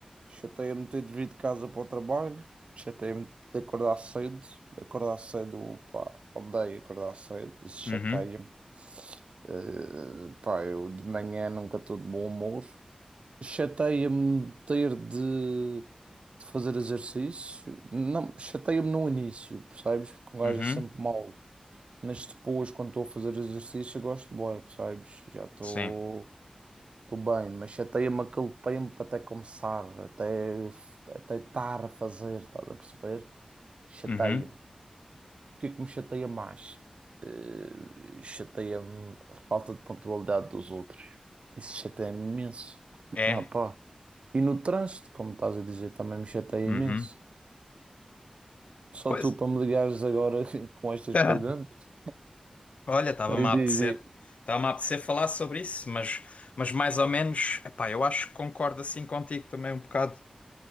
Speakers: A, on the right; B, on the left.
A: chateia-me ter de vir de casa para o trabalho, chateia-me de acordar cedo, acordar cedo, pá, odeio acordar cedo, isso chateia-me.
B: Uhum,
A: Eh, pá, eu de manhã nunca estou de bom humor. Chateia-me ter de, de fazer exercício. Não, chateia-me no início, percebes? Porque um gajo
B: uhum,
A: é sempre mau. Mas depois, quando estou a fazer exercício, eu gosto de boa, percebes? Já estou
B: sim,
A: estou bem, mas chateia-me aquele tempo até começar, até, até estar a fazer, estás a perceber? Chateia-me.
B: uhum,
A: O que é que me chateia mais? Eh, chateia-me a falta de pontualidade dos outros. Isso chateia-me imenso. <laughs>
B: é,
A: Não, e no trânsito, como estás a dizer, também me chateia
B: uhum.
A: imenso. Só
B: Pois.
A: tu para me ligares agora <laughs> com estas
B: <laughs>
A: perguntas.
B: Olha, estava-me
A: Mas
B: a
A: diz,
B: apetecer,
A: diz.
B: estava-me a apetecer falar sobre isso, mas, mas mais ou menos, epá, eu acho que concordo assim contigo também um bocado,